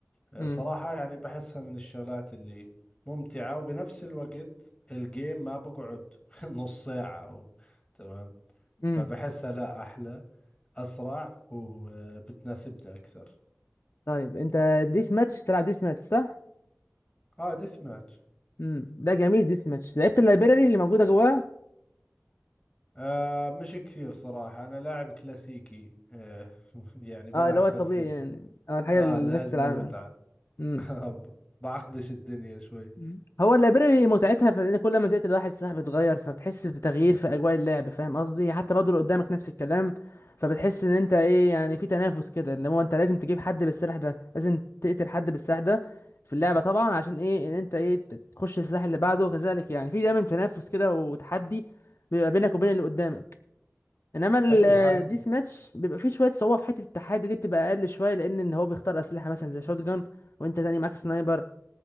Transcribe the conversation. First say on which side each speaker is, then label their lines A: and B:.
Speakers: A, on the left; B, on the left.
A: آه،
B: امم
A: صراحة يعني بحسها من الشغلات اللي ممتعة وبنفس الوقت الجيم ما بقعد <laughs> نص ساعة أو تمام
B: امم
A: فبحسها لا أحلى أسرع وبتناسبني أكثر
B: طيب انت ديس ماتش تلعب ديس ماتش صح
A: اه ديث ماتش
B: امم ده جميل ديس ماتش لعبت اللايبراري اللي موجوده جواه
A: آه مش كثير صراحة انا لاعب كلاسيكي آه <laughs> يعني بلعب
B: اه اللي هو الطبيعي
A: بس هيك
B: يعني اه الحاجه
A: اه
B: اللي الناس
A: لاجل
B: تلعبها
A: المتعة
B: مم.
A: <laughs> ب- بعقدش الدنيا شوي
B: مم. هو اللايبراري متعتها في ان كل ما تقتل واحد السلاح بيتغير فبتحس بتغيير في اجواء اللعب فاهم قصدي حتى برضه اللي قدامك نفس الكلام فبتحس ان انت ايه يعني في تنافس كده اللي هو انت لازم تجيب حد بالسلاح ده لازم تقتل حد بالسلاح ده في اللعبه طبعا عشان ايه ان انت ايه ت- تخش السلاح اللي بعده وكذلك يعني في دايما تنافس كده وتحدي بيبقى بينك وبين اللي قدامك انما الديث
A: حلو هاي
B: ماتش بيبقى فيه شويه صعوبه في حته التحدي دي بتبقى اقل شويه لان ان هو بيختار اسلحه مثلا زي شوت جان وانت تاني معاك سنايبر